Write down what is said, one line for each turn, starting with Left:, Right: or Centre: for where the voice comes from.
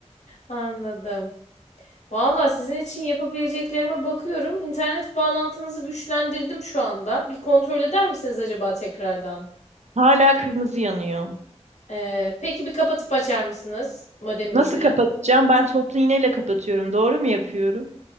Left: Anladım. Valla sizin için yapabileceklerime bakıyorum. İnternet bağlantınızı güçlendirdim şu anda. Bir kontrol eder misiniz acaba tekrardan?
Right: Hala kırmızı yanıyor.
Left: Ee, peki bir kapatıp açar mısınız modeminizi?
Right: Nasıl kapatacağım? Ben toplu iğneyle kapatıyorum. Doğru mu yapıyorum?